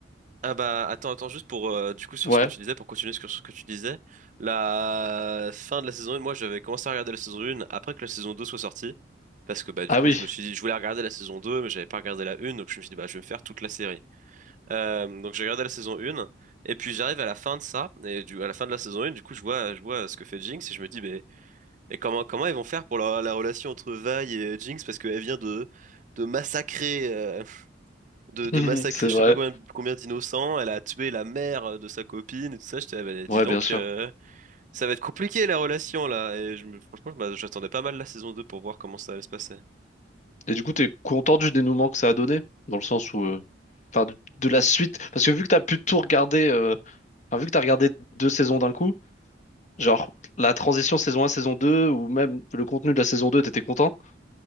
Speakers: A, on the right; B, on the left.
A: ah bah attends, attends juste pour euh, du coup sur
B: Ouais.
A: ce que tu disais, pour continuer sur ce que tu disais, la fin de la saison 1, moi j'avais commencé à regarder la saison 1 après que la saison 2 soit sortie, parce que bah du
B: Ah
A: coup
B: oui,
A: je me suis dit, je voulais regarder la saison deux mais j'avais pas regardé la 1, donc je me suis dit bah je vais me faire toute la série. Euh, donc j'ai regardé la saison 1 et puis j'arrive à la fin de ça et du, à la fin de la saison 1 du coup je vois je vois ce que fait Jinx et je me dis mais, mais comment comment ils vont faire pour la, la relation entre Vi et Jinx parce qu'elle vient de de massacrer euh, <laughs> de,
B: <laughs>
A: de massacrer
B: c'est
A: je
B: vrai.
A: sais pas combien combien d'innocents elle a tué la mère de sa copine et tout ça je dis
B: Ouais,
A: donc
B: bien sûr.
A: euh, ça va être compliqué la relation là. Et je, me- franchement, bah, j'attendais pas mal la saison 2 pour voir comment ça allait se passer.
B: Et du coup, t'es content du dénouement que ça a donné? Dans le sens où... euh, Enfin, de, de la suite. Parce que vu que t'as pu tout regarder... euh, Enfin, vu que t'as regardé deux saisons d'un coup, genre, la transition saison un saison 2 ou même le contenu de la saison 2 t'étais content?